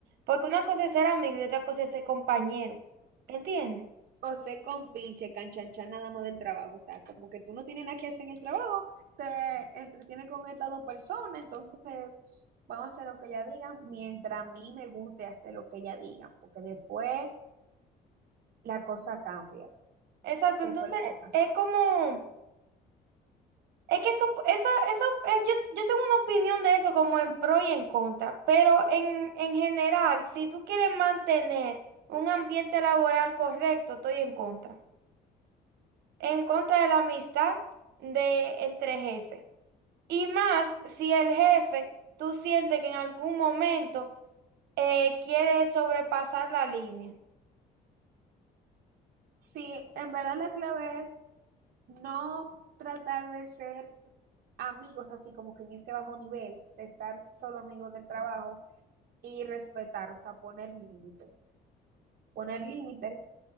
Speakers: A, on the right; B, on the right.
A: Porque una cosa es ser amigo y otra cosa es ser compañero. ¿Entiendes?
B: O ser con pinche canchanchan nada más del trabajo. O sea, como que tú no tienes nada que hacer en el trabajo, te entretienes con estas dos personas, entonces vamos a hacer lo que ella diga mientras a mí me guste hacer lo que ella diga, porque después la cosa cambia.
A: Exacto,
B: ¿Qué
A: entonces
B: fue lo que pasó?
A: es como... Es que eso, esa, eso, es- yo, yo tengo una opinión de eso como en pro y en contra, pero en, en general, si tú quieres mantener un ambiente laboral correcto, estoy en contra. En contra de la amistad de entre jefes. Y más si el jefe, tú sientes que en algún momento eh, quiere sobrepasar la línea.
B: Sí, en verdad la clave es no tratar de ser amigos así como que en ese bajo nivel, de estar solo amigos del trabajo y respetar, o sea, poner límites, poner límites,